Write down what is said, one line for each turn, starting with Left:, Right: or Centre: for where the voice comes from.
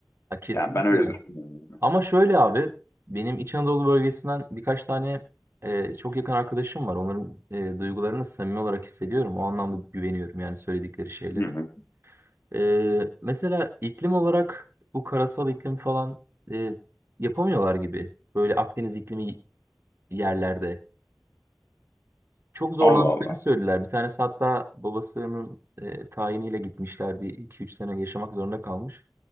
Right: Ha, kesinlikle.
Left: Yani ben öyle düşünüyorum.
Right: Ama şöyle abi benim İç Anadolu bölgesinden birkaç tane e, çok yakın arkadaşım var. Onların e, duygularını samimi olarak hissediyorum. O anlamda güveniyorum yani söyledikleri şeylere.
Left: Hı hı.
Right: E, mesela iklim olarak bu karasal iklim falan e, yapamıyorlar gibi. Böyle Akdeniz iklimi yerlerde. Çok zorlandıklarını
Left: Allah Allah.
Right: söylediler. Bir tanesi hatta babasının e, tayiniyle gitmişler. Bir iki üç sene yaşamak zorunda kalmış.